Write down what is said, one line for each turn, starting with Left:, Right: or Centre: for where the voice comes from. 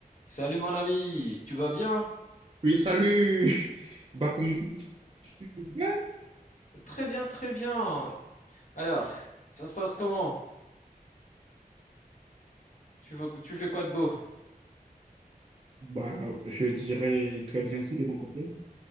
Left: Salut mon ami, tu vas bien?
Right: Oui, salut! <laughs> Bah, comment tu vas?
Left: Très bien, très bien. Alors, ça se passe comment? Tu fais, tu fais quoi de beau?
Right: Bah, je dirais très bien aussi de mon côté.